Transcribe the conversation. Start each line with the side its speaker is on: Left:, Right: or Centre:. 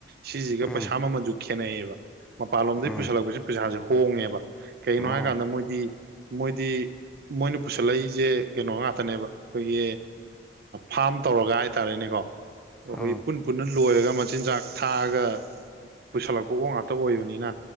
Right: ꯁꯤꯖꯤꯒ
Centre: ꯎꯝ
Right: ꯄꯩꯁꯥ ꯃꯃꯜꯖꯨ ꯈꯦꯠꯅꯩꯑꯦꯕ ꯃꯄꯥꯜ
Centre: ꯎꯝ
Right: ꯗꯒꯤ ꯄꯨꯁꯜꯂꯛꯄꯖꯤꯅ ꯄꯩꯁꯥꯖꯦ ꯍꯣꯡꯉꯦꯕ ꯀꯩꯒꯤꯅꯣ
Centre: ꯑꯣ
Right: ꯍꯥꯏꯀꯥꯟꯗ ꯃꯣꯏꯗꯤ ꯃꯣꯏꯗꯤ ꯃꯣꯏꯅ ꯄꯨꯁꯜꯂꯛꯏꯖꯦ ꯀꯩꯅꯣ ꯉꯥꯛꯇꯅꯦꯕ ꯑꯩꯈꯣꯏꯒꯤ ꯐꯥꯝ ꯇꯧꯔꯒ ꯍꯥꯏꯇꯥꯔꯦꯅꯦꯀꯣ ꯑꯩꯈꯣꯏ
Centre: ꯑꯣ
Right: ꯄꯨꯟ- ꯄꯨꯟꯅ ꯂꯣꯏꯔꯒ ꯃꯆꯤꯟꯖꯥꯛ ꯊꯥꯛꯑꯒ ꯄꯨꯁꯜꯂꯛꯄ ꯑꯣꯛ ꯉꯥꯛꯇ ꯑꯣꯏꯕꯅꯤꯅ